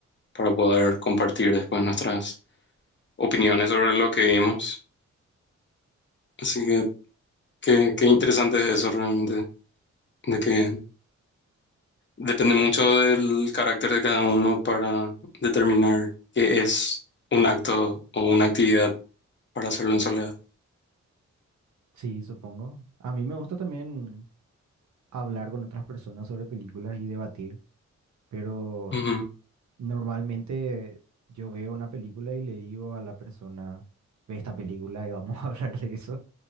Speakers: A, on the left; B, on the right.
A: para poder compartir después nuestras opiniones sobre lo que vimos. Así que qué, qué interesante es eso realmente, de que depende mucho del carácter de cada uno para determinar qué es un acto o una actividad para hacerlo en soledad.
B: Sí, supongo. A mí me gusta también hablar con otras personas sobre películas y debatir, pero
A: Ujú,
B: Normalmente yo veo una película y le digo a la persona, ve esta película y vamos <laughs> a hablar de eso,